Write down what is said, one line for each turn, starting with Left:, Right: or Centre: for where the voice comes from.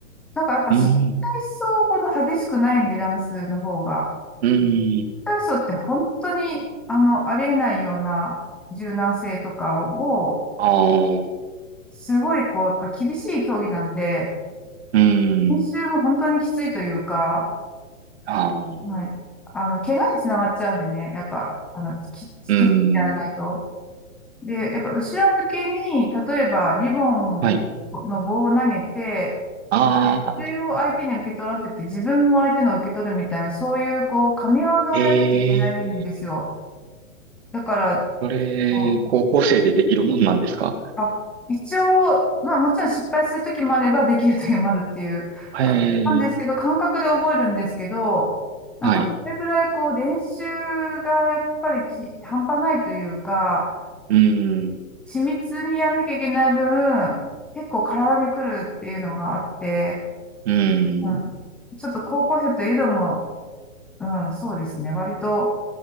Centre: なんかやっぱ新体操ほど激しくないんで、
Right: うん。
Centre: ダンスの方が。
Right: うん。
Centre: 新体操って本当に、あの、ありえないような柔軟性とかを、
Right: ああ、
Centre: すごいこう、やっぱ厳しい競技なんで、
Right: うん。
Centre: 練習も本当にきついというか、
Right: ああ、
Centre: はい。あの、怪我につながっちゃうんでね、やっぱ、あの、き、きっちやらないと。
Right: うん。
Centre: で、やっぱ後ろ向きに、例えばリボン
Right: はい。
Centre: の棒を投げて、
Right: ああ、
Centre: 熱中を相手に受け取らせて、自分も相手の受け取るみたいな、そういう、こう、神業をやんなきゃいけないんですよ。
Right: ええ、
Centre: だから、
Right: それ、
Centre: こう
Right: 高校生でできるもんなんですか
Centre: あ、一応、まあもちろん失敗するときもあれば、できるときもあるっていう、
Right: へえ、
Centre: なんですけど、感覚で覚えるんですけど、なんか、
Right: はい。
Centre: それぐらい、こう、練習がやっぱりき、半端ないというか、
Right: うん。
Centre: 緻密にやんなきゃいけない分、結構体に来るっていうのがあって、
Right: うん。
Centre: うん、ちょっと高校生といえども、うん、そうですね。割と